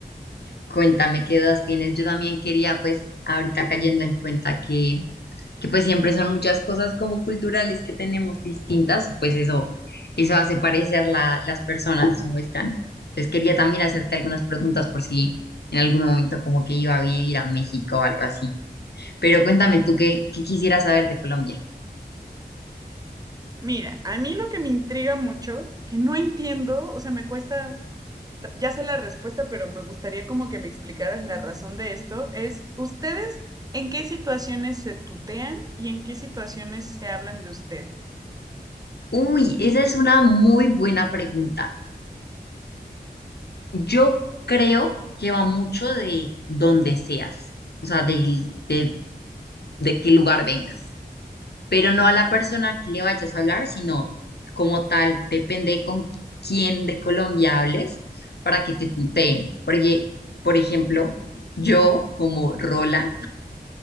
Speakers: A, on the left; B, on the right.
A: Cuéntame qué dudas tienes. Yo también quería, pues, ahorita cayendo en cuenta que, que pues siempre son muchas cosas como culturales que tenemos distintas, pues eso, eso hace parecer la- las personas como están. Entonces quería también hacerte algunas preguntas por si en algún momento como que iba a vivir a México o algo así. Pero cuéntame tú qué, qué quisieras saber de Colombia.
B: Mira, a mí lo que me intriga mucho, que no entiendo, o sea, me cuesta, ya sé la respuesta, pero me gustaría como que me explicaras la razón de esto, es ¿ustedes en qué situaciones se tutean y en qué situaciones se hablan de usted?
A: Uy, esa es una muy buena pregunta. Yo creo que va mucho de dónde seas, o sea, del- de, de qué lugar vengas, pero no a la persona que le vayas a hablar, sino como tal, depende con quién de Colombia hables para que te tuteen. Porque, por ejemplo, yo como Rola